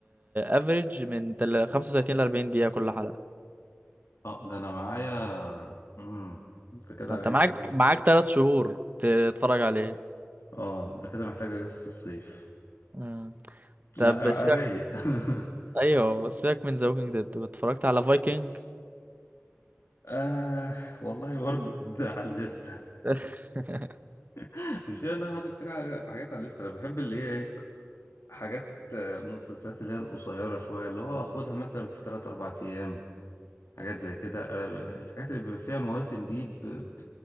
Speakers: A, on the right; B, on the left.
A: افريج من تل- 35 ل 40 دقيقة كل حلقة
B: اه ده انا معايا امم انت كده
A: ما انت
B: عايز
A: معاك معاك 3 شهور تتفرج عليه
B: اه ده كده محتاجة قصة الصيف
A: مم. طب
B: لا را-
A: سيبك
B: رايق <laughs>
A: ايوه سيبك من ذا ووكينج ديد اتفرجت على فايكنج
B: آه والله برضه ده على الليستة
A: <laughs>
B: <laughs> مش كده انا حاطط كتير حاجات على الليستة انا بحب اللي هي إيه؟ حاجات آه، مسلسلات اللي هي القصيرة شوية اللي هو أخدها مثلا في تلات أربع أيام حاجات زي كده أنا ب- الحاجات اللي بيبقى فيها مواسم دي ب... ب...